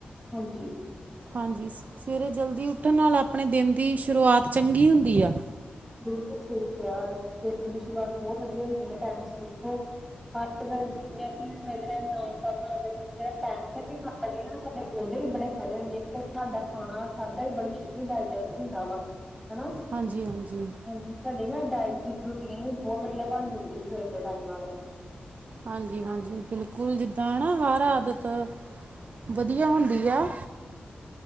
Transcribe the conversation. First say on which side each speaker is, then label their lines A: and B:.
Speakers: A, in the centre; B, on the right.
A: ਹਾਂਜੀ
B: ਹਾਂਜੀ, ਸਵੇਰੇ ਜਲਦੀ ਉੱਠਣ ਨਾਲ ਆਪਣੇ ਦਿਨ ਦੀ ਸ਼ੁਰੂਆਤ ਚੰਗੀ ਹੁੰਦੀ ਆ।
A: ਬਿਲਕੁਲ, ਸਹੀ ਕਿਹਾ, ਦਿਨ ਦੀ ਸ਼ੁਰੂਆਤ ਬਹੁਤ ਵਧੀਆ ਹੁੰਦੀ ਐ ਟੈਮ ਸਿਰ ਉੱਠੋ ਿਵੇਂ ਅਸੀਂ ਸਵੇਰੇ ਨਾਸ਼ਤਾ ਬਣਾ ਜਿਹੜਾ ਪੈਂਸਰ ਵੀ ਖਾ ਲਈਏ ਨਾ ਸਾਡੇ ਉਹਦੇ <inaudible> ਏ ਬੜੇ ਫਾਇਦੇ ਹੁੰਦੇ ਕਿ, ਤੁਹਾਡਾ ਖਾਣਾ ਖਾਧਾ ਈ ਬੜੀ ਛੇਤੀ ਡੇਜਸਟ, ਹੁੰਦਾ ਨਾ,?
B: ਹਾਂਜੀ ਹਾਂਜੀ
A: ਹਾਂਜੀ, ਸਾਡੇ ਨਾ ਡਾਇਟ ਦੀ ਰੋਟੀਨ, ਵੀ ਬਹੁਤ ਵਧੀਆ, ਬਣ ਜਾਂਦੀ ਸਵੇਰ ਦੇ ਟਾਇਮ ਨਾਲ।
B: ਹਾਂਜੀ ਹਾਂਜੀ ਬਿਲਕੁਲ, ਜਿੱਦਾਂ ਨਾਾ ਹਰ ਆਦਤ ਵਧੀਆ, ਹੁੰਦੀ ਆ?